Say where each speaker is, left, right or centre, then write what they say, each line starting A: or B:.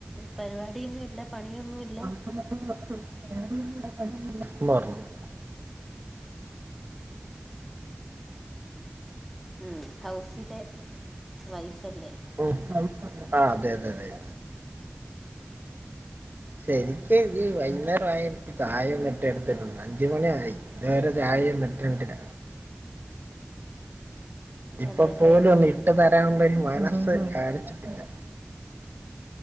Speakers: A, in the centre; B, on the right.
A: പരിപാടിയൊന്നുവില്ല പണിയൊന്നുവില്ല
B: <unintelligible>
A: ഉം ഹൗസിലെ വൈഫല്ലേ
B: ഉം ആഹ് അതെ അതെ അതെ ശരിക്ക് ഈ വൈന്നേരവായ ചായ ഒന്നും ഇട്ടേര്ത്തില്ല അഞ്ച് മണിയായി ഇതുവരെ ചായ ഒന്നും ഇട്ട് കണ്ടില്ല ഇപ്പൊ
A: അതെല്ലേ
B: പോലും ഒന്ന് ഇട്ട് തരാനുള്ളൊരു മനസ്സ് കാണിച്ചിട്ടില്ല